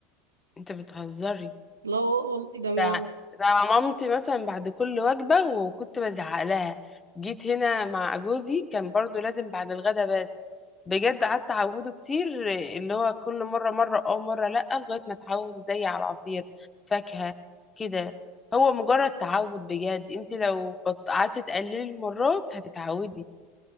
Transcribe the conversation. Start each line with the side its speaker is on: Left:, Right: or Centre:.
Left: انت بتهزري
Right: لا وال- ده ما
Left: ده ده مامتي مثلا بعد كل وجبة وكنت بزعق لها جيت هنا مع جوزي كان برضو لازم بعد الغدا بس بجد قعدت اعوده كتير اللي هو كل مره مره اه مره لا لغايه ما اتعود زي على العصير فاكهه كده هو مجرد تعود بجد انت لو بط- قعدت تقللي المرات هتتعودي